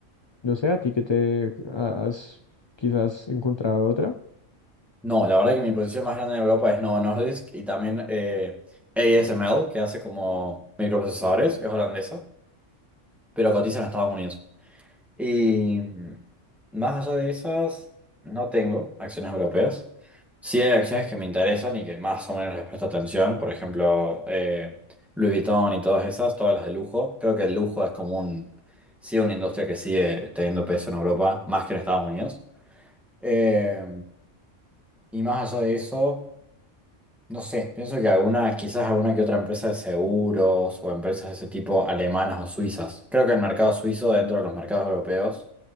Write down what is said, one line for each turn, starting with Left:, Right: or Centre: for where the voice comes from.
Left: no sé, a ti que te has quizás encontrado otra.
Centre: No, la verdad que mi posición más grande en Europa es Novo Nordisk y también eh, ASML, que hace como microprocesadores, es holandesa. pero cotiza en Estados Unidos. Y mm, más allá de esas, no tengo acciones europeas. Sí hay acciones que me interesan y que más o menos les presto atención, por ejemplo, eh, Louis Vuitton y todas esas, todas las de lujo. Creo que el lujo es como un, sí, una industria que sigue teniendo peso en Europa, más que en Estados Unidos. Eh, y más allá de eso... No sé, pienso que alguna, quizás alguna que otra empresa de seguros o empresas de ese tipo alemanas o suizas. Creo que el mercado suizo dentro de los mercados europeos